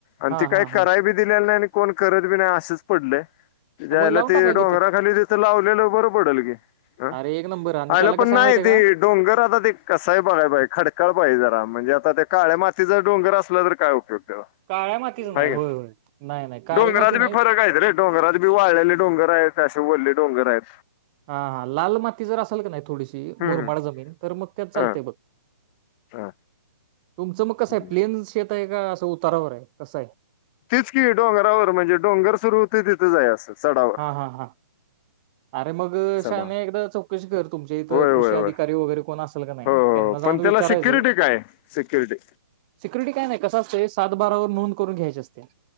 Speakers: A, on the left; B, on the right.
A: आणि
B: हां,
A: ती काही
B: हां,
A: कराय
B: हां.
A: बी दिलेला नाही आणि कोण करत बी नाही असंच पडलं‌‌. चायला
B: मग लावून
A: ते
B: टाका
A: डोंगराखाली
B: की
A: तिथं लावलेलं बरं पडेल की अ
B: अरे एक नंबर आणि
A: आईला
B: त्याला कसं
A: नाही
B: आहे माहिती आहे
A: ती
B: का?
A: डोंगर आता ते कसाहाय बघाय पाहि खडकाळ पाहिज जरा मग म्हणजे आता ते काळ्या मातीचा डोंगर असलं तर काय उपयोगी.
B: काळ्या मातीच नाही.
A: आहेे
B: होय, होय. नाही, नाही. काळी
A: डोंगराच
B: माती नाही.
A: बी फरक आहेयत रे डोंगरात बी वाळलेले डोंगरा आहे फॅ वले डोंगर आहेत
B: हा हा लाल माती जर असेल का नाही थोडीशी
A: हम्म,
B: मुरमाड
A: हम्म.
B: जमीन. तर मग चालतंय
A: हा,
B: बघ
A: हा
B: तुमचं मग कस
A: हम्म.
B: आहे प्लेन शेत का असं उतारावर आहे. कसं आहे?
A: तेच की डोंगरावर म्हणजे डोंगर सुरू होतं, तिथंच हाय असं चढावर
B: हा हा हा अरे मग
A: चढाव
B: शाने एकदा चौकशी कर तुमचे इथं
A: होय होय
B: कृषी अधिकारी
A: होय
B: वगैरे कोण असेल का नाही,
A: हो
B: त्यांना
A: हो
B: जाऊन
A: पण
B: विचारायचं
A: त्याला सिक्युरिटी काय सिक्युरिटी
B: सिक्युरिटी काय नाही कस असत सात बारावर नोंद करून घ्याची असत्या